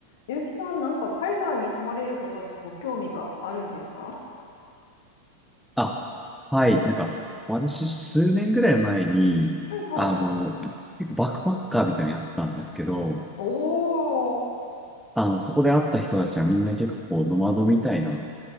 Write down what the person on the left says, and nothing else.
ゆうきさん、なんか海外に住まれることにご興味があるんですか
はいはい。
おー、